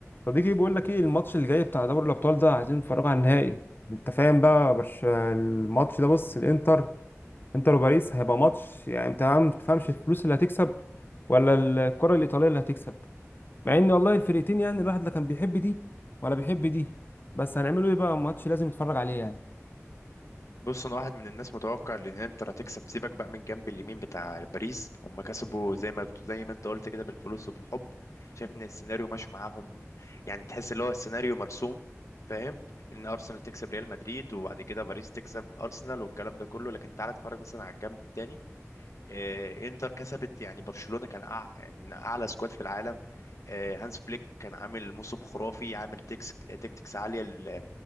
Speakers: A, on the left; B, on the left.
A: صديقي بيقول لك ايه الماتش اللي جاي بتاع دوري الابطال ده عايزين نتفرج على النهائي انت فاهم بقى برش الماتش ده بص الانتر انتر وباريس هيبقى ماتش يعني انت ما تفهمش الفلوس اللي هتكسب ولا الكرة الايطالية اللي هتكسب مع ان والله الفرقتين يعني الواحد لا كان بيحب دي ولا بيحب دي بس هنعمله ايه بقى ماتش لازم يتفرج عليه يعني
B: بص انا واحد من الناس متوقع ان انتر هتكسب سيبك بقى من الجنب اليمين بتاع باريس هم كسبوا زي ما بت... زي ما انت قلت كده بالفلوس وبالحب شايف ان السيناريو ماشي معاهم يعني تحس اللي هو السيناريو مرسوم فاهم ان ارسنال تكسب ريال مدريد وبعد كده باريس تكسب ارسنال والكلام ده كله لكن تعالى اتفرج مثلا على الجنب التاني آه، انتر كسبت يعني برشلونة كان أع... يعني من اعلى سكواد في العالم آه، هانس فليك كان عامل موسم خرافي عامل تكس... تكتكس عالية ال-